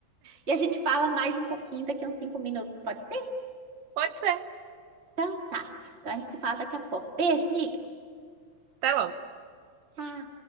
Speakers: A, on the right; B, on the right.
A: E a gente fala mais um pouquinho daqui a uns cinco minutos, pode ser?
B: Pode ser.
A: Então tá. Então a gente se fala daqui a pouco. Beijo, amiga.
B: Até logo.
A: Tchau.